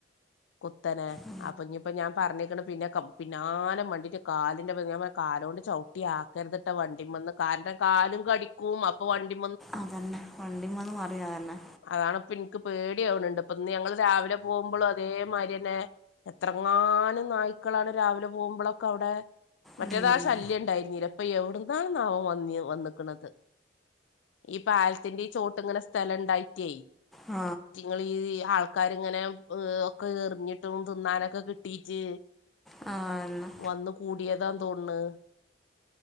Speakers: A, on the left; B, in the centre.
A: കുത്തനെ
B: ആ
A: ആപ്പൊഞ്ഞിപ്പോൊ ഞാൻ പറഞ്ഞിക്ക പിന്നെ പിന്നാലും വണ്ടിട്ട കാലിന്റെ ഞാൻ ആണ്ട് ചവിട്ടി ആക്കരുതിട്ട വണ്ടി വന്ന് കാരണം കാലും കടിക്കും അപ്പൊ വണ്ടി
B: അതന്നെ വണ്ടിമന്ന് മാറിയ അതന്നെ
A: അതാണ് ഇപ്പ എനിക്ക് പേടിയാവണണ്ട് ഇ ഞങ്ങൾ രാവിലെ പോകുമ്പോ അതേ മരയനെ എത്രങ്ങാലും നായ്ക്കളാണ് രാവിലെ പോകുമ്പോളൊക്കെ അവിടെ മറ്റേതാശ
B: ഉം
A: അല്ലയ ഉണ്ടായിരുന്നീല്ലപ്പൊ എവിടുന്നാണ് നാവം വന്നി വന്നക്കണുന്നത് ഈ പാലത്തിന്റെ ഈ ചോട്ട് ഇങ്ങനെ സ്ഥലം ഉണ്ടായിട്ടായി
B: ആ
A: നിങ്ങീ ആൾക്കാരിങ്ങനെ ഒക്കെ എറിഞ്ഞിട്ടും തിന്നാനൊക്കെ കിട്ടീട്ട്
B: ആ അതന്നെ
A: വന്ന് കൂടിയതാന്ന് തോന്ന്ണ്